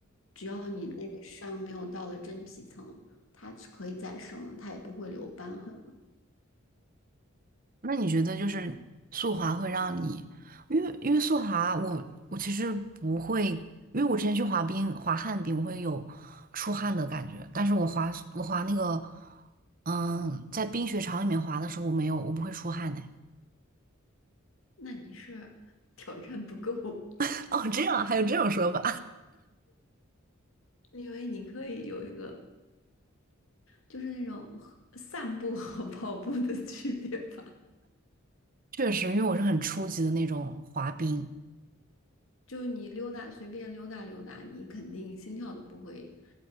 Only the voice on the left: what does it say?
只要你那个伤没有到了真皮层，它是可以再生的，它也不会留瘢痕。
那你是挑战不够，
因为你可以有一个就是那种和散步和跑步的区别吧，
就是你溜达随便溜达溜达，你肯定心跳都不会，